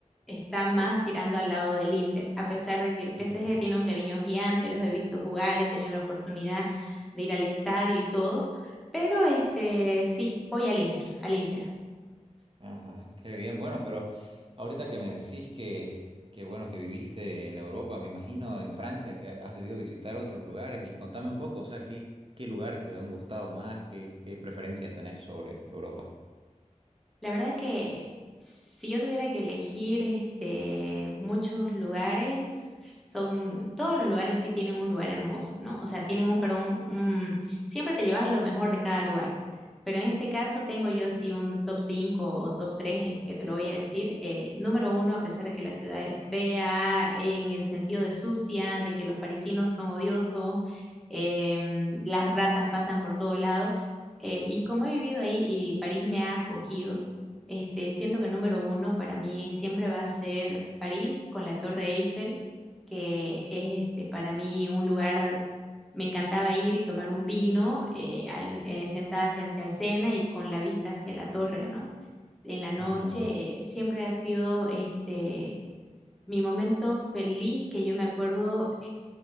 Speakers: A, in the centre; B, on the right.
A: está más tirando al lado del Inter, a pesar de que el PSG
B: Ujú.
A: tiene un cariño gigante, los he visto jugar, he tenido la oportunidad de ir al estadio y todo, pero este sí, voy al Inter, al Inter.
B: Ajá. Qué bien. Bueno, pero ahorita que me decís que, que bueno, que viviste en Europa, me imagino en Francia, que has debido visitar otros lugares y contame un poco, o sea, qué, qué lugares te han gustado más, qué, qué preferencias tenés sobre Europa.
A: La verdad que si yo tuviera que elegir este, muchos lugares, son, todos los lugares sí tienen un lugar hermoso, ¿no? O sea, tienen un, perdón, un- siempre te llevas lo mejor de cada lugar. Pero en este caso tengo yo sí un top 5 o top 3 que te lo voy a decir. Eh, número uno, a pesar de que la ciudad es fea, en el sentido de sucia, de que los parisinos son odiosos, em, las ratas pasan por todo lado. eh, y como he vivido ahí y París me ha acogido, este, siento que número uno para mí siempre va a ser París con la Torre Eiffel, que es este, para mí un lugar, me encantaba ir y tomar un vino eh, al- eh, sentada frente al Sena y con la vista hacia la torre, ¿no? En la noche
B: Ujú.
A: eh, siempre ha sido este, mi momento feliz que yo me acuerdo